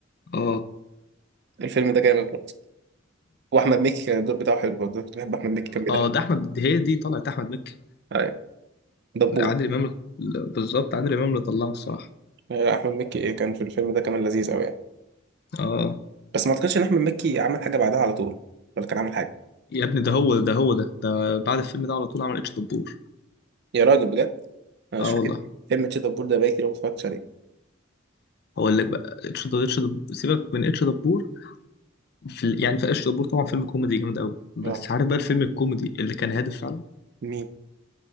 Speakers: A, on the left (about 55°); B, on the right (about 55°).
A: اه
B: الفيلم ده جامد برضه واحمد مكي كان الدور بتاعه حلو برضه كنت بحب احمد مكي كان بيضحك
A: اه ده أحمد دي هي دي طلعت أحمد مكي
B: ايوه دبور
A: عادل إمام ال- بالظبط عادل إمام اللي طلعه الصراحة
B: أيوة، احمد مكي كان في الفيلم ده كمان لذيذ قوي
A: اه
B: بس ما اعتقدش ان احمد مكي عمل حاجه بعدها على طول ولا كان عامل حاجه
A: يا ابني ده هو ده هو ده ده بعد الفيلم ده على طول عمل اتش دبور
B: يا راجل بجد انا
A: اه
B: مش فاكر
A: والله
B: فيلم تشيتابور ده بقى كتير أوي ما اتفرجتش عليه
A: هقول لك بقى اتش دبور اتش دبور سيبك من اتش دبور في ال- يعني في اتش دبور طبعا فيلم كوميدي جامد قوي بس
B: اه
A: عارف بقى الفيلم الكوميدي اللي كان هادف فعلا
B: مين